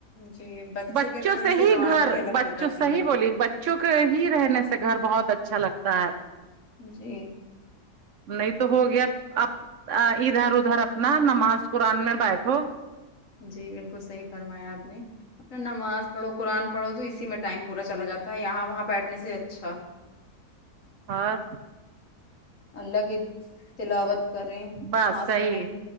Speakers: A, on the left; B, on the right.
A: جی
B: بچوں
A: کے رہنے
B: سے ہی
A: رونق
B: گھر
A: الگ
B: بچوں
A: ہو جاتی
B: سےصحیح
A: ہے
B: بولی بچ چوں کے ہی رہنے سے گھر بہت اچھا لگتا ہے
A: جی
B: نہیں تو ہو گیا آپ آ ادھر ادھر اپنا نماز قرآن میں بیٹھو
A: جی انکو صحیح فرمایا آپ نے اپنا نماز پڑھو قرآن پڑھو تو اسی میں ٹائم پورا چلا جاتا ہے یہاں وہاں بیٹھنے سے اچھا
B: اور
A: اللہ کی تلاوت کریں
B: بس
A: نماز
B: صحیح
A: پڑھیں